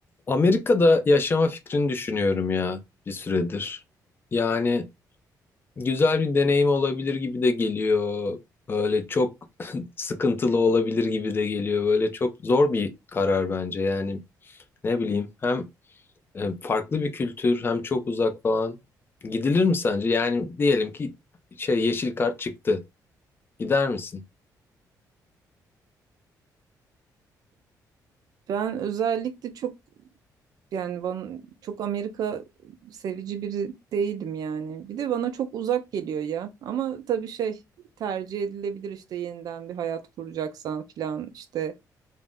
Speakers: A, on the left; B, on the right.
A: Amerika'da yaşama fikrini düşünüyorum ya bir süredir. Yani güzel bir deneyim olabilir gibi de geliyor. Böyle çok <laughs> sıkıntılı olabilir gibi de geliyor. Böyle çok zor bir karar bence. Yani ne bileyim hem e, farklı bir kültür hem çok uzak falan. Gidilir mi sence? Yani diyelim ki şey yeşil kart çıktı. Gider misin?
B: Ben özellikle çok yani bana çok Amerika sevici biri değilim yani. Bir de bana çok uzak geliyor ya. Ama tabii şey tercih edilebilir işte yeniden bir hayat kuracaksan filan işte